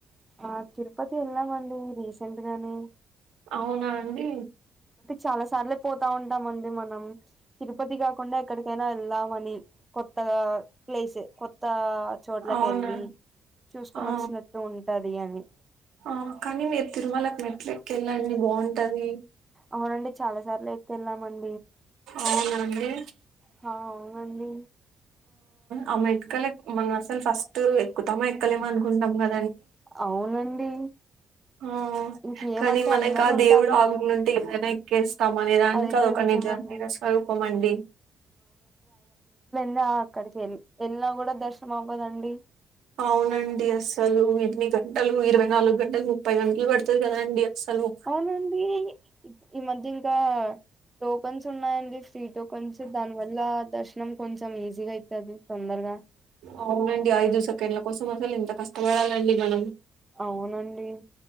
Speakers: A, on the right; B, on the right.
A: ఆ తిరుపతి వెళ్ళామండి రీసెంట్ గాని
B: అవునా అండి
A: చాలాసార్లు పోతా ఉంటామండి మనం తిరుపతి కాకుండా ఎక్కడికైనా వెళ్దామని కొత్తగా ప్లేసె కొత్త చోట్లకి
B: అవునా
A: వెళ్ళి చూసుకొని
B: ఆ
A: వచ్చినట్టు ఉంటది అని
B: ఆ కానీ మీరు తిరుమలకి మెట్లు ఎక్కెళ్ళండి బావుంటది.
A: అవునండి చాలా సార్లు ఎక్క్కెళ్ళామన్
B: అవునండి
A: హా అవునండి
B: ఆ మెటీకిల్ ఏక్ మనం అసలు ఫస్ట్ ఎక్కుతమొ ఎక్కలేమొ అనుకుంటాం గా
A: అవునండి
B: ఆ
A: ఇంకేమంటే
B: కానీ మనకు
A: అందరు
B: ఆ
A: ఉంటారు
B: దేవుడు
A: గా
B: ఆగులుంటే ఎకనా ఎక్కేస్త త మనేదానికి
A: అదైతే
B: అదొక
A: నిజమండి
B: నిజం నిజస్వరూపం అండీ.
A: దా అక్కడికి ఎల్ వెళ్లిన కూడా దర్శనం అవ్వదండి.
B: అవునండి అస్సలు ఎన్ని గంటలు ఇరవై నాలుగు గంటలు, ముప్పై గంటలు పడుతది కదండి. అసలు
A: అవునండి ఈ మధ్య ఇంకా టోకెన్స్ ఉన్నాయండి ఫ్రీ టో కొంచెం దాని వల్ల దర్శనం కొంచెం ఈజీగా అయితది తొందరగా
B: అవునండి ఐదు సెకండ్ల కోసం అసలు ఎంత కష్టపడాలండి మనం.
A: అవునండి